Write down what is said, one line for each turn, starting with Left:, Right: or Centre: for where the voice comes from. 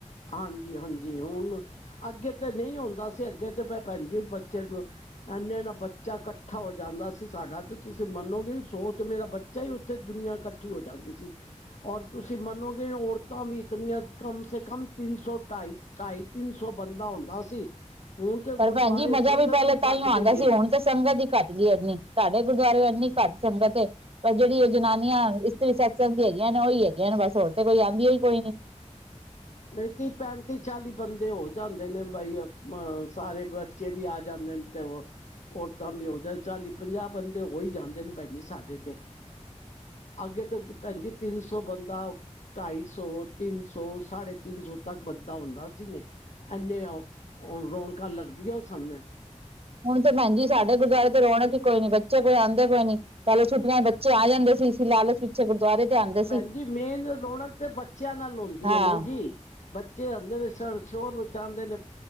Left: ਹਾਂਜੀ-ਹਾਂਜੀ ਹੁਣ ਅੱਗੇ ਤੇ ਨਈ ਹੋਂਦਾ ਸੀ। ਅੱਗੇ ਤੇ ਭੈਣ ਜੀ। ਬੱਚੇ ਇੰਨੇ ਇੰਨਾ ਬੱਚਾ ਇਕੱਠਾ ਹੋ ਜਾਂਦਾ ਸੀ ਸਾਡਾ ਤੇ ਤੁਸੀਂ ਮੰਨੋਗੇ ਸੋਚ ਮੇਰਾ ਬੱਚਾ ਚਾਹੇ ਉੱਥੇ ਦੁਨੀਆਂ ਕੱਠੀ ਹੋ ਜਾਂਦੀ ਸੀ। ਔਰ ਤੁਸੀਂ ਮੰਨੋਗੇ ਔਰਤਾਂ ਵੀ ਇਤਨੀਆਂ ਕਮ ਸੇ ਕਮ ਤਿੰਨ ਸੌ ਢਾਈ-ਢਾਈ ਤਿੰਨ ਸੌ ਬੰਦਾ ਹੁੰਂਦਾ ਸੀ। ਹੁਣ ਤੇ
Right: ਪਰ
Left: ਗੁਰਦੁਆਰੇ
Right: ਭੈਣ ਜੀ ਮਜ਼ਾ
Left: ਸੰਗਤ
Right: ਵੀ ਪੈਲੇ ਤਾਂਹੀਓ
Left: ਘੱਟ
Right: ਆਂਦਾ
Left: ਗਈ
Right: ਸੀ
Left: ਹੈ
Right: ਹੁਣ ਤੇ ਸੰਗਤ ਹੀ। ਘੱਟ ਗੀ ਇੰਨੀ। ਸਾਡੇ ਗੁਰਦੁਆਰੇ ਇੰਨੀ ਘੱਟ ਸੰਗਤ ਏ। ਪਰ ਜਿਹੜੀ ਉਹ ਜਨਾਨੀਆਂ ਇਸਤਰੀ ਸਤਸੰਗ ਦੀ ਹੈਗੀਆਂ ਨੇ ਉਹੀ ਹੈਗੀਆਂ ਨੇ ਬਸ ਹੋਰ ਤੇ ਕੋਈ ਆਂਦੀਆਂ ਈ ਕੋਈ ਨੀ।
Left: ਨਹੀਂ ਤੀਂ ਪੈਂਤੀ ਚਾਲੀ ਬੰਦੇ ਹੋ ਜਾਂਦੇ ਨੇ ਬਈ ਅ ਸਾਰੇ ਬੱਚੇ ਵੀ ਆ ਜਾਂਦੇ ਨੇ ਤੇ ਉਹ ਔਰਤਾਂ ਵੀ ਹੋ ਜਾ ਚਾਲੀ ਪੰਜਾਹ ਬੰਦੇ ਹੋ ਈ ਜਾਂਦੇ ਨੇ ਭੈਣ ਜੀ ਸਾਡੇ ਤੇ। ਅੱਗੇ ਤੇ ਭੈਣਜੀ ਤਿੰਨ ਸੌ ਬੰਦਾ ਢਾਈ ਸੌ ਤਿੰਨ ਸੌ ਸਾਢੇ ਤਿੰਨ ਸੌ ਤੱਕ ਬੱਦਾ ਹੁੰਦਾ ਸੀ ਨੇ। ਇੰਨੇ ਰੌਣਕਾਂ ਲੱਗਦੀਆਂ ਸਨ ਨੇ।
Right: ਹੁਣ ਤੇ ਭੈਣ ਜੀ ਸਾਡੇ ਗੁਰਦੁਆਰੇ ਤੇ ਰੋਣਕ ਈ ਕੋਈ ਨੀ। ਬੱਚੇ ਕੋਈ ਆਂਦੇ ਕੋਈ ਨੀ। ਪੈਲੇ ਛੁੱਟੀਆਂ ਚ ਬੱਚੇ ਆ ਜਾਂਦੇ ਸੀ ਅਸੀਂ ਲਾਲਚ ਵਿੱਚ ਬੱਚੇ ਗੁਰਦੁਆਰੇ ਤੇ ਆਂਦੇ। ਸੀ
Left: ਭੈਣ ਜੀ ਮੇਨ ਰੌਣਕ ਤੇ ਬੱਚਿਆਂ ਨਾਲ ਹੋਂਦੀ
Right: ਹਾਂ
Left: ਹੈਨਾ ਜੀ। ਬੱਚੇ ਹੰਦੇ ਨੇ ਸ਼ੋਰ ਮਚਾਂਦੇ ਨੇ।